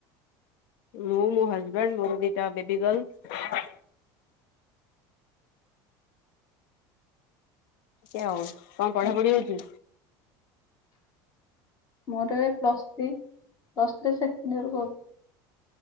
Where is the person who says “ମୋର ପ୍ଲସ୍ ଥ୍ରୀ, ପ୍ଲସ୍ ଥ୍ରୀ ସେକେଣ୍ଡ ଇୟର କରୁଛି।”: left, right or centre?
Left